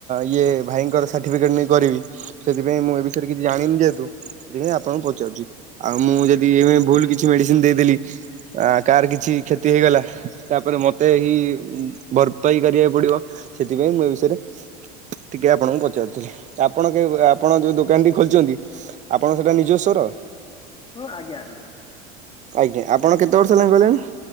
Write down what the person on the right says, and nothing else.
ଇଏ ଭାଇଙ୍କର ସାର୍ଟିଫିକେଟ୍ ନେଇ କରିବି ସେଥିପାଇଁ ମୁଁ ଏ ବିଷୟରେ କିଛି ଜାଣିନି ଯେହେତୁ। ସେଥିପାଇଁ ଆପଣଙ୍କୁ ପଚାରୁଚି ଆଉ ମୁଁ ଯଦି ଏ ଭୁଲ କିଛି ମେଡିସିନ୍ ଦେଇଦେଲି ଆ କାହାର କିଛି କ୍ଷତି ହେଇଗଲା ତାପରେ ମୋତେ ହିଁ ଭରପାଇ କରିବାକୁ ପଡ଼ିବ। ସେଥିପାଇଁ ମୁଁ ଏ ବିଷୟରେ ଟିକେ ଆପଣଙ୍କୁ ପଚାରୁଥିଲି ତ ଆପଣ କେବେ ଆପଣ ଯୋଉ ଦୋକାନଟି ଖୋଲିଚନ୍ତି। ଆପଣ ସେଟା ନିଜସ୍ଵ ର?
ଆଜ୍ଞା ଆପଣ କେତେ ବର୍ଷ ହେଲା କଲେଣି?